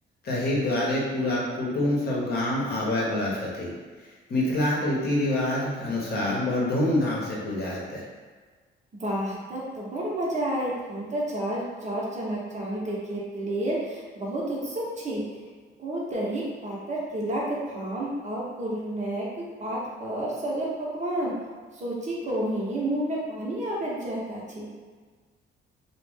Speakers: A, on the left; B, on the right.
A: तहि दुआरे पूरा कुटुम्बसभ गाम आबयवला छथि मिथिलाक रीति रिवाजक अनुसार बड़ धूमधामसँ पूजा हेतै
B: वाह तब तऽ बड़ मजा आय हम तऽ चर चौड़चनक चाँद देखै के लेल बहुत उत्सुक छी ओ दहिक पातर केलाक थाम अपूर्णक आत पर सजल पकवान सोची कोहि मुंह मे पानी आबैत जाइत अछि